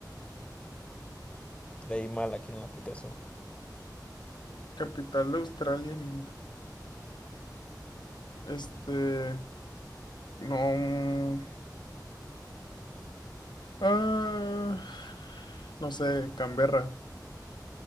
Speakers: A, on the left; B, on the left.
A: Leí mal aquí en la aplicación.
B: Capital de Australia, no mames. Este, no. mm, Ah, no sé, Canberra.